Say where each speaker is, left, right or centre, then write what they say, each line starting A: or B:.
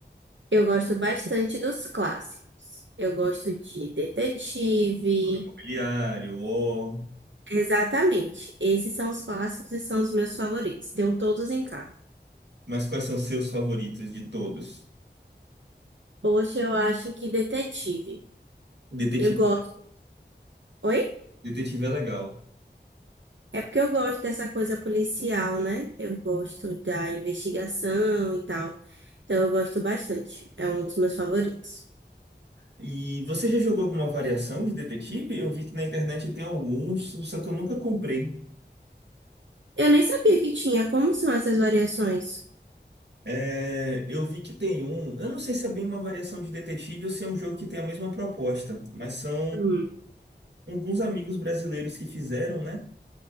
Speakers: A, on the right (about 90°); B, on the right (about 70°).
A: Eu gosto bastante dos clássicos. Eu gosto de detetive.
B: Mobiliário, War.
A: Exatamente. Esses são os clássicos e são os meus favoritos. Tenho todos em casa.
B: Mas quais são os seus favoritos de todos?
A: Poxa, eu acho que detetive.
B: Detetive,
A: Eu gosto. Oi?
B: detetive é legal.
A: É porque eu gosto dessa coisa policial, né? Eu gosto da investigação e tal. Então eu gosto bastante. É um dos meus favoritos.
B: E você já jogou alguma variação de detetive? Eu vi que na internet tem alguns, só que eu nunca comprei.
A: Eu nem sabia que tinha. Como são essas variações?
B: É, eu vi que tem um. Eu não sei se é bem uma variação de detetive ou se é um jogo que tem a mesma proposta, mas são
A: Hum.
B: alguns amigos brasileiros que fizeram, né?